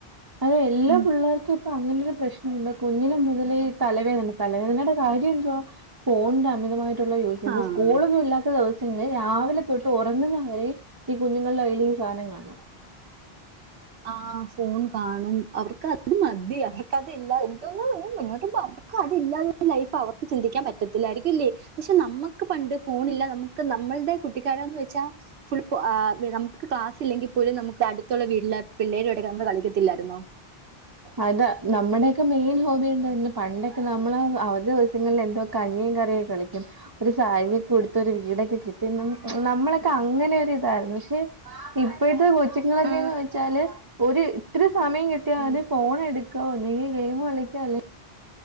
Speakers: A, on the right; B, on the right.
A: അതെ എല്ലാ
B: ഉം
A: പിള്ളേർക്കും ഇപ്പൊ അങ്ങനെ ഒരു പ്രശ്നമുണ്ട് കുഞ്ഞിനലെ മുതലേ തലവേദന തലവേദ ത കാര്യം എന്തുവാ ഫോണിന്റെ അമിതമായിട്ടുള്ള യൂസേജ്
B: ആഹ്
A: സ്കൂളൊന്നും ഇല്ലാത്ത ദിവസ പിന്നെ രാവിലെ തൊട്ട് ഉറങ്ങുന്നവരെ ഈ കുഞ്ഞുങ്ങളുടെ കയ്ൽ ഈ സാധനം കാണാം
B: ആഹ് ഫോൺ കാണും അവർക്ക് അത് മതി അവർക്കതില്ലാതെ എനിക്ക് തോനുന്നു ഇനി മുന്നോട്ട് ക്കതില്ലാതൊരു ലൈഫ് അവർക്ക് ചിന്തിക്കാൻ പറ്റത്തില്ലായിരിക്കും ല്ലീ പക്ഷെ നമ്മക്ക് പണ്ട് ഫോണില്ലാതെ നമ്മുക്ക് നമ്മളുടെ കുട്ടിക്കാലം ന്ന് വെച്ചാ ഫുൾ അ നമുക്ക് ക്ലാസ് ഇല്ലെങ്കിൽ പോലും നമുക്ക് അടുത്തുള്ള വീട്ടില പിള്ളേരും ആയിട്ടൊക്കെ നമ്മള് കളിക്കത്തില്ലാരുന്നോ
A: അതാ നമ്മുടെയൊക്കെ മെയിൻ ഹോബി എന്തായിരുന്നു പണ്ടൊക്കെ നമ്മള് അവധി ദിവസങ്ങളിൽ എ ദോ കഞ്ഞിം കറിയ കളിക്കും ഒരു സാരിയൊ കൊടുത്ത് ഒരു വീടൊക്കെ കിട്ടി നമ്മളെ ക്ക അങ്ങനൊരു ഇതായിരുന്നു പക്ഷെ ഇപ്പഴത്തെ കൊച്ചിങ്ങളൊക്കെന്ന്
B: ആ,
A: വെച്ചാല് ഓര് ഇത്ര സമയം കിട്ടിയാൽ
B: ഉം.
A: അവര് ഫോൺ എടുക്ക ഒന്നെങ്കിൽ ഗെയിം കളിക്കാ അല്ലെ